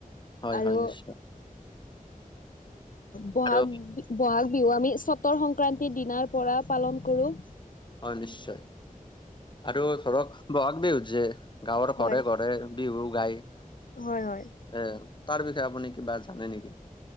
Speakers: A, on the left; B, on the left.
A: হয়
B: আৰু
A: হয় নিশ্চয়
B: বহাগ
A: আৰু
B: বি বহাগ বিহু আমি চতৰ সংক্ৰান্তিৰ দিনাৰ পৰা পালন কৰোঁ
A: হয় নিশ্চয় আৰু ধৰক বহাগ বিহুত যে গাঁৱৰ
B: হয়
A: ঘৰে ঘৰে বিহু গাই
B: হয় হয়
A: এ তাৰ বিষয়ে আপুনি কিবা জানে নেকি